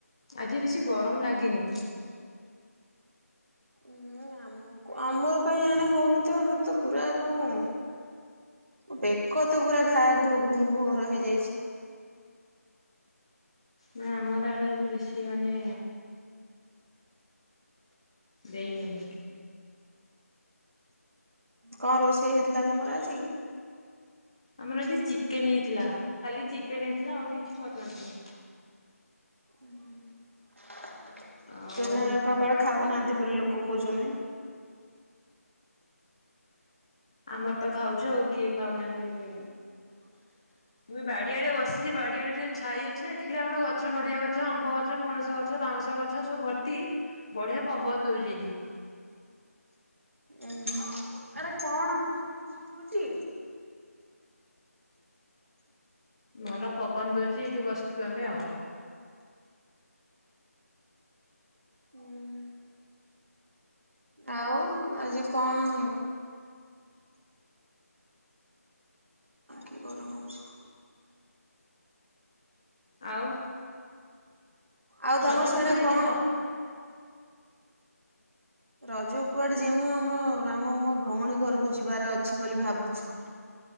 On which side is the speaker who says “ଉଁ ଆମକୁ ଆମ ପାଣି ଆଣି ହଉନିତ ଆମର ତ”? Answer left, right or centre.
Right